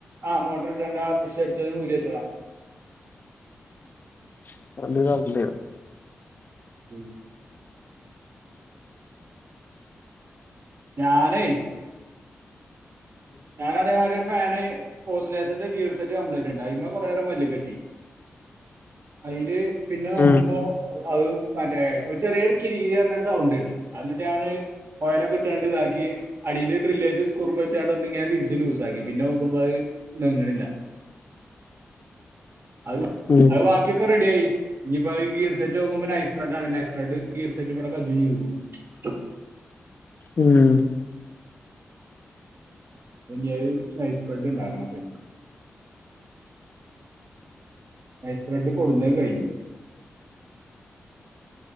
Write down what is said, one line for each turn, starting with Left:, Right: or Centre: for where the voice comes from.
Right: ആ മോട്ടർട്ടാണ്ട് ആ <unintelligible> അടിച്ചതിണ്ട് ഊരി വെച്ചളാ
Left: <unintelligible>
Right: ഉം ഞാനെ ഞാനതേമാരി ഒരു ഫാന് ഓസ്ലേഷന്റെ ഗീർ സെറ്റ് കംപ്ലൈന്റ് ണ്ട് അയ്മെ കൊറേനേരം മല്ല് കെട്ടി അയ്ല് പിന്നെ നോക്കുമ്പോ
Left: ഉം
Right: അത് മറ്റേ ഒരു ചെറിയ കിരികിരി സൗണ്ട് അത് ന്ന്ട്ട് ഞാന് ഓയൊലൊക്കെട്ടാണ്ട് താക്കി അടീല് ഡ്രില്ലേറ്റ് സ്‌ക്രൂ വെച്ചാണ്ട് ന്തെങ്കാൻ തിരിച്ച് ലൂസാക്കി പിന്നെ നോക്കുമ്പോ അത് നെങ്ങ്ണില്ല അത് വ
Left: ഉം
Right: അത് വാക്കിയൊക്കെ റെഡിയായി ഇനിയിപ്പോ ഗീർ സെറ്റ് നോക്കുമ്പോ നൈസ്ത്രണ്ടാണ് നൈസ് ത്രഡ് കീർസെറ്റ്വ്ടെ കഞ്ചും ചെയ്ത്ക്കുണു
Left: ഉം
Right: പ്പ ഞ്ഞ നൈസ് ബ്രെഡ്ണ്ടാക്കണപ്പഞ്ഞ് ഐസ് ബ്രഡ് കൊട്ന്നേ കഴിഞ്ഞു